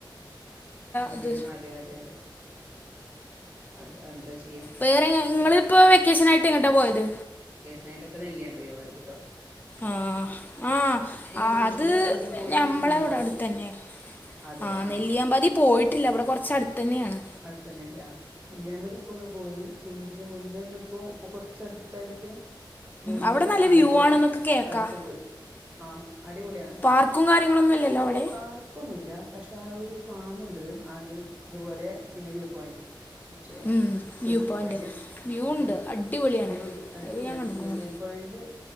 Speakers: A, on the right; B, on the left.
A: ഉം
B: അത്
A: അതെ അതെ അതെ അതെ എന്താ ചെ
B: വേറെ ങ്ങളിപ്പോ വെക്കേഷനായിട്ട് എങ്ങട്ടാ പോയത്
A: കേഷനായിട്ട് ഇപ്പ നെല്ലൃപതിയാപോയത്ട്ടോ
B: ആഹ് ആഹ് ആത്
A: മുന്നേ ഒന്ന് പോയി
B: ഞമ്മളെവ്ടെ
A: മൂന്നാറ്
B: അടുത്തന്നെ
A: പോയി അതെ
B: ആ
A: ആഹ്
B: നെല്ലിയാമ്പതി പോയിട്ടില്ല ഇവിടെ കൊറ്ച്ചടുത്തെന്നെയാണ്
A: അടുത്തെന്നെല്ലെആ നെല്ലൃമ്പതി ഇപ്പൊന്ന് പോയി പിന്നെതിന് മുന്നൊന്ന്പ്പോ ഇപ്പോ കൊറ്ച്ചടുത്തായിട്ട് മൂന്നാറും
B: അവിടെ നല്ല
A: ആലപ്പുഴെം
B: വ്യൂ ആണെന്നൊക്കെ കേൾക്കാം
A: അടുത്ത് പോയി ആഹ് അടിപൊളിയാണ്
B: പാർക്കുംകാര്യങ്ങളൊന്നുംല്ലല്ലോ അവിടെ
A: പാർക്കൊന്നുല്ല പക്ഷെ ആ ഒരു ഫാമ്ണ്ട് അത് ഇതുപോലെ പിന്നെ വ്യൂ പോയൻ്റ് മറ്റേ
B: ഉം
A: suicide
B: view point
A: point
B: view ഉണ്ട്
A: മ്
B: അടിപൊളിയാണ്
A: വ്യൂ ഉണ്ട് അടിപൊളിയാണ്
B: അത് ഞാൻ കണ്ടിക്കുണു
A: സൂസൈഡ് പോയൻ്റ്